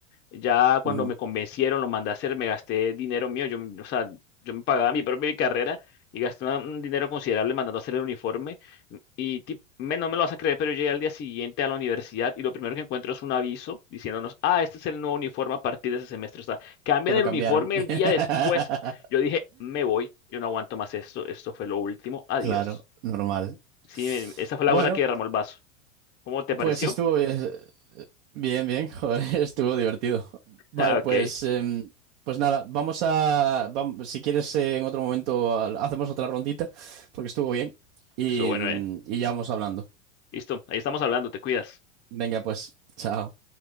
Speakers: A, on the left (about 30°); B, on the right (about 55°).
A: ya cuando
B: Ujú.
A: me convencieron, lo mandé a hacer, me gasté dinero mío, yo, o sea, yo me pagaba mi propia carrera y gasté una- un dinero considerable mandando a hacer el uniforme. Y tip- me- no me lo vas a creer, pero yo llegué al día siguiente a la universidad y lo primero que encuentro es un aviso diciéndonos, ah, este es el nuevo uniforme a partir de ese semestre. O sea, cambian
B: Te lo
A: el
B: cambiaron.
A: uniforme el día después.
B: <laughs>
A: Yo dije, me voy, yo no aguanto más esto, esto fue lo último, adiós.
B: Claro, normal.
A: Sí, em, esa fue la
B: Bueno,
A: gota que derramó el vaso. ¿Cómo te pareció?
B: pues estuvo,
A: <laughs>
B: eh, Bien, bien, joder, <laughs> estuvo divertido. Vale,
A: Ah,
B: pues,
A: ok,
B: em, pues nada, vamos a, vam- si quieres eh, en otro momento al- hacemos otra rondita, porque estuvo bien y,
A: eso bueno,
B: mm,
A: eh.
B: y ya vamos hablando.
A: Listo, ahí estamos hablando, te cuidas.
B: Venga, pues, chao.